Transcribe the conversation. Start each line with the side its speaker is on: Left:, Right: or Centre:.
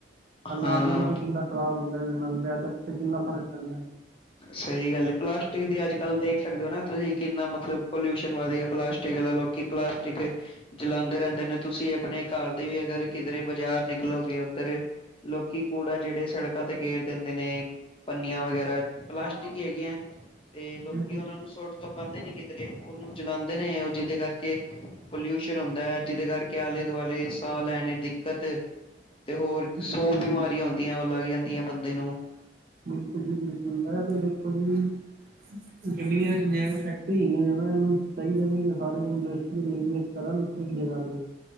Right: ਐਨਵਾਇਰਮੈਂਟ
Left: ਹਾਂ,
Right: ਵੀ ਕਿੰਨਾ ਖਰਾਬ ਹੁੰਦਾ ਏਦੇ ਨਾਲ ਵੈਦਰ ਤੇ ਕਿੰਨਾ ਫਰਕ ਪੈਂਦਾ
Left: ਸਈ ਗੱਲ ਐ ਪਲਾਸਟਿਕ ਦੀ ਅੱਜ-ਕੱਲ ਦੇਖ ਸਕਦੇ ਓ ਨਾ ਤੁਸੀਂ ਕਿੰਨਾ ਮਤਲਬ ਪੋਲਿਊਸ਼ਨ ਵੱਧ ਗਿਆ ਪਲਾਸਟਿਕ ਆਲਾ ਲੋਕੀ ਪਲਾਸਟਿਕ ਜਲਾਦੇ ਰਹਿੰਦੇ ਨੇ ਤੁਸੀਂ ਆਪਣੇ ਘਰ ਦੀ ਵੀ ਅਗਰ ਕਿਧਰੇ ਬਾਜ਼ਾਰ ਨਿਕਲੋਗੇ ਓਧਰ ਲੋਕੀ ਕੂੜਾ ਜੇੜੇ ਸੜਕਾਂ ਤੇ ਗੇਰ ਦਿੰਦੇ ਨੇ, ਪੰਨੀਆਂ ਵਗੈਰਾ ਪਲਾਸਟਿਕ
Right: ਹਾਂ,
Left: ਹੈਗੀਆਂ ਤੇ ਲੋਕੀ
Right: ਬਿਲਕੁਲ
Left: ਓਨਾਂ ਨੂੰ ਸੁਟ ਤਾਂ ਪਾਂਦੇ ਨੀ ਕਿੱਧਰੇ ਓਨੂੰ ਜਲਾਂਦੇ ਨੇ ਓ ਜੀਦੇ ਕਰਕੇ ਪੋਲਿਊਸ਼ਨ ਹੁੰਦਾ ਐ ਜੀਦੇ ਕਰਕੇ ਆਲੇ-ਦੁਆਲੇ ਸਾਹ ਲੈਣੇ ਦਿੱਕਤ ਤੇ ਹੋਰ
Right: ਬਿਲਕੁਲ
Left: ਸੌ ਬਿਮਾਰੀਆਂ
Right: ਜੀ
Left: ਹੁੰਦੀਐ ਓ ਲੱਗ ਜਾਂਦੀਆਂ ਬੰਦੇ ਨੂੰ।
Right: ਬਿਲਕੁਲ ਜੀ ਬਿਲਕੁਲ, ਏਹ ਤੇ ਦੇਖੋ ਜੀ ਗਲੀਆਂ ਚ ਜਿਆਦਾ ਫੈਕ ਟਰੀਆ ਹੈਗੀਆਂ ਨੇ ਨਾ ਏਨੂੰ, ਚਾਈਦਾ ਵੀ ਸਾਰੇ ਇੰਡਸਟਰੀਅਲ ਏਰੀਆ ਚ ਕਰਨ ਇੱਕ ਜਗਾ ਮਿਲੇ